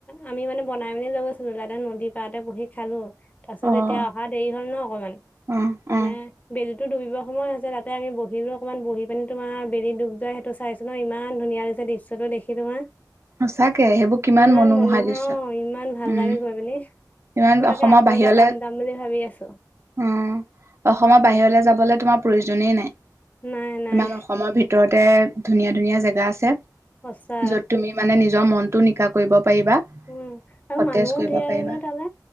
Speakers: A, on the left; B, on the right.
A: আমি মানে বনাই মেলিলৈ গৈছিলো লাদা নদী পাঅতে বহি খালো তাৰপিছত
B: অ',
A: যেতিয়া অহা দেৰি হ'ল ন অকমান
B: উম,
A: মানে
B: উম।
A: বি টো ডুবিব সময় হাছে আমি বহিলোও অকণমান বহি পিনি তোমাৰ বেলি ডুব যোৱা সেইটো চাইছো ন ইমান ধুনীয়া লাগ দৃশ্যটো দেখি তোমাৰ
B: সঁচাকে সেইবোৰ কিমান
A: ইমান
B: মনোমোহা
A: মনোহা
B: দৃশ্য
A: অ ইমান ভাল
B: উম,
A: লাগে গৈ পিনি
B: ইমান
A: মই
B: অসমৰ
A: তাকে আকৌ
B: বাহিৰলে
A: এবাৰ যাম যাম বুলি ভাবি আছো
B: উ অসমৰ বাহিৰলে যাব তোমাৰ প্ৰয়োজনেই নাই তোমাৰ
A: নাই নাই
B: অসমৰ ভিতৰতে ধুনীয়া ধুনীয়া জেগা আছে
A: সঁচা
B: য'ত তুমি মানে নিজৰ মনটো নিকা কৰিব পাইবা
A: উম আৰু
B: সতেজ
A: মানুহো
B: কৰিব
A: ধেৰ আহে
B: পাইবা
A: নহয় তালে